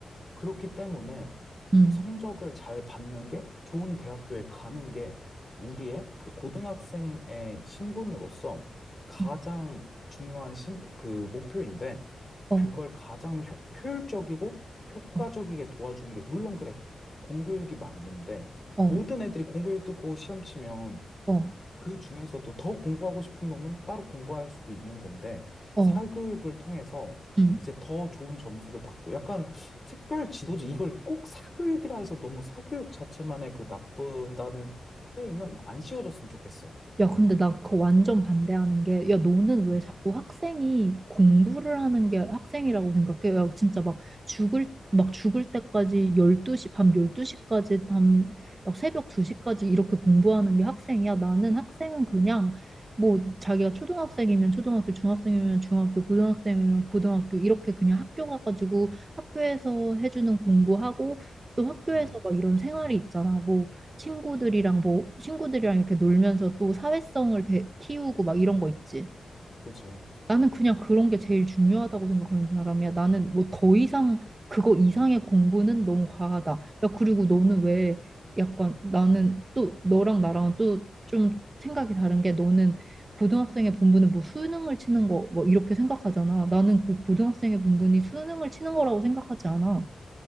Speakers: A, on the left (about 30°); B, on the right (about 35°).
A: 그렇기 때문에
B: 음,
A: 성적을 잘 받는 게 좋은 대학교에 가는 게 우리의 그 고등학생의 신분으로서 가장
B: 음,
A: 중요한 신분, 그 목표인데
B: 어,
A: 그걸 가장 효, 효율적이고 효과적이게
B: 어.
A: 도와주는 게 물론 그래 공교육이 맞는데
B: 어,
A: 모든 애들이 공교육 듣고 시험 치면
B: 어,
A: 그 중에서도 더 공부하고 싶은 놈은 따로 공부할 수도 있는 건데,
B: 어,
A: 사교육을 통해서
B: 음.
A: 이제 더 좋은 점수를 받고, 약간 특별 지도지, 이걸 꼭 사교육이라 해서 너무 사교육 자체만의 그 나쁘다는 프레임은 안 씌워줬으면 좋겠어.
B: 야, 근데 나 그거 완전 반대하는 게, 야, 너는 왜
A: 음,
B: 자꾸 학생이 공부를 하는 게 학생이라고 생각해? 야, 진짜 막 죽을, 막 죽을 때까지 열두 시밤 12시까지, 밤, 막 새벽 2시까지 이렇게 공부하는 게 학생이야? 나는 학생은 그냥, 뭐, 자기가 초등학생이면 초등학교, 중학생이면 중학교, 고등학생이면 고등학교, 이렇게 그냥 학교 가가지고 학교에서 해주는 공부하고, 또 학교에서
A: 음,
B: 막 이런 생활이 있잖아. 뭐 친구들이랑 뭐 친구들이랑 이렇게 놀면서 또 사회성을 배- 키우고 막 이런 거 있지.
A: 그지.
B: 나는 그냥 그런 게 제일 중요하다고 생각하는 사람이야. 나는 뭐 더 이상 그거 이상의 공부는 너무 과하다. 야, 그리고 너는 왜 약간 나는 또 너랑 나랑은 또 좀 생각이 다른 게 너는 고등학생의 본분은 뭐 수능을 치는 거 뭐 이렇게 생각하잖아. 나는 그 고등학생의 본분이 수능을 치는 거라고 생각하지 않아.